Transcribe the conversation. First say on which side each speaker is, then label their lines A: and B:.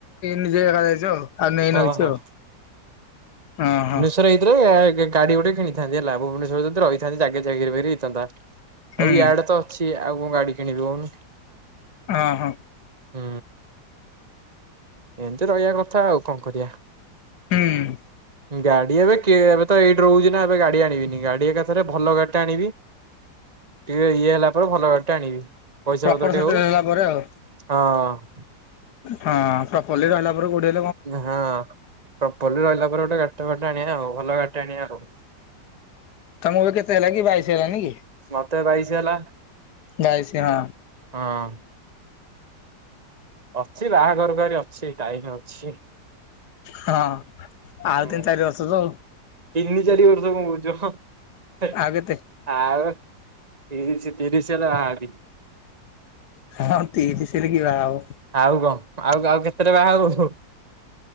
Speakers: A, on the left; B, on the right.
A: ନିଜେ ଏକା ଯାଇଛ ଆଉ। ଆଉ ନେଇନ
B: ହଁ
A: କିଛି
B: ହଁ।
A: ଆଉ ହଁ ହଁ।
B: ଥରେ ହେଇଥରେ ଗାଡି ଗୋଟେ କିଣିଥାନ୍ତି ହେଲା ଭୁବନେଶ୍ୱର ଯଦି ରହିଥାନ୍ତିି ଜାଗା ଚାକିକି ଫକୀର ହେଇଥାନ୍ତା।
A: ହୁଁ
B: ଆଉ ୟାଡ ତ ଅଛି ଆଉ କଣ ଗାଡି କିଣିବି କହୁନୁ।
A: ଅ ହଁ।
B: ହୁଁ। ଏମିତି ରହିବା କଥା ଆଉ କଣ କରିବା
A: ହୁଁ।
B: ଗାଡି ଏବେ କିଏ ତ ଏଇଠି ରହୁଛି ନା ଏବେ ଗଡି ଆଣିବିନି ଗାଡି ଏକାଥରେ ଭଲ ଗାଡିଟେ ଆଣିବି। ଟିକେ ଇଏ ହେଲା ପରେ ଭଲ ଗାଡ଼ି ଟେ ଆଣିବି। ପଇସା
A: ପ୍ରପର
B: ପତ୍ର
A: ସେଟେଲ
B: ଟେ ହଉ
A: ହେଲା ପରେ ଆଉ
B: ହଁ।
A: ହଁ ପ୍ରପଲ୍ଲୀ ରହିଲା ପରେ ଗୋଡିଏ
B: ହଁ ପ୍ରପଲି ରହିଲା ପରେ ଗୋଟେ ଗାଡ଼ିଟେ ଫାଡିଟେ ଆଣିବା ଆଉ ଭଲ ଗାଡିଟେ ଆଣିବା ଆଉ
A: ତମକୁ ଏବେ କେତେ ହେଲା କି ବାଇସ୍ ହେଲାନି କି?
B: ମତେ ବାଇଶି ହେଲା।
A: ବାଇଶି ହଁ।
B: ହଁ। ଅଛି ବାହାଘରକୁ ଆହୁରି ଅଛି ଟାଇମୀ ଅଛି।
A: ହଁ ଆଉ
B: ହୁଁ
A: ତିନି ଚାରି ବର୍ଷ ତ।
B: ତିନି ଚାରି ବର୍ଷ କଣ କହୁଚ ହଁ ହେ
A: ଆଉ କେତେ
B: ଆଉ। ତିରିଶି ତିରିଶି ହେଲେ ବାହା ହେବି।
A: ହଁ ତିରିଶି ରେ କିଏ ବାହା ହବ।
B: ଆଉ କଣ ଆଉ ଆଉ କେତେରେ ବାହା ହବୁ?